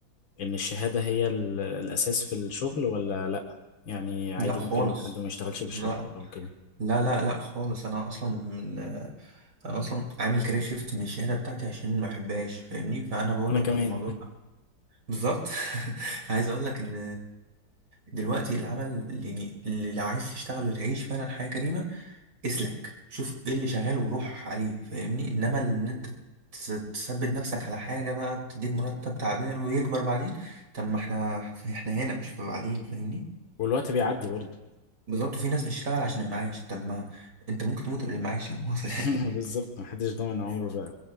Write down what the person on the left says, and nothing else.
ان الشهاده هي ال- الاساس في الشغل ولا لا يعني عادي
ممكن حد ما يشتغلش بشهادته
او كده
انا
كمان
<laughs> والوقت بيعدي برضو
<laughs>
بالظبط محدش ضامن عمره